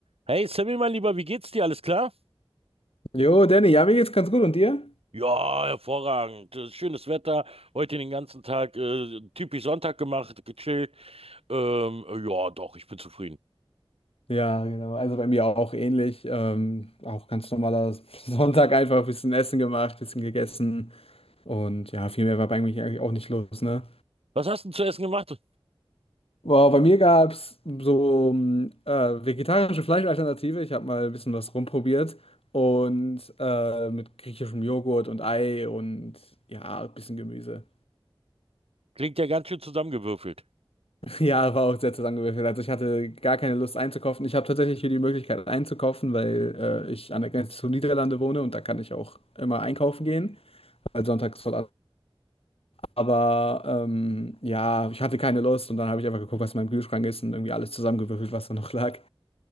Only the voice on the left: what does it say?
Jo, Danny, ja, mir geht's ganz gut. Und dir?
Ja, genau. Also bei mir auch ähnlich. Ähm, auch ganz normaler Sonntag einfach ein bisschen Essen gemacht, bisschen gegessen. Und ja, viel mehr war bei mir eigentlich auch nicht los, ne?
Boah, bei mir gab es so mh, äh, vegetarische Fleischalternative. Ich habe mal ein bisschen was rumprobiert. Und äh, mit griechischem Joghurt und Ei und ja, ein bisschen Gemüse.
Ja, war auch sehr zusammengewürfelt. Also ich hatte gar keine Lust einzukaufen. Ich habe tatsächlich hier die Möglichkeit einzukaufen, weil äh, ich an der Grenze zu Niederlande wohne und da kann ich auch immer einkaufen gehen, weil sonntags voll ab. Aber ähm, ja, ich hatte keine Lust und dann habe ich einfach geguckt, was in meinem Kühlschrank ist und irgendwie alles zusammengewürfelt, was da noch lag.